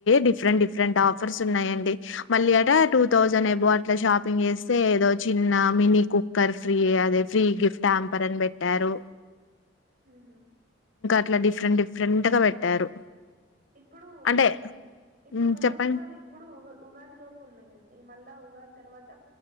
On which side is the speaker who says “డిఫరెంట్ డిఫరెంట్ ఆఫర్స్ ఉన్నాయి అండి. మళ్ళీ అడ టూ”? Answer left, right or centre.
Left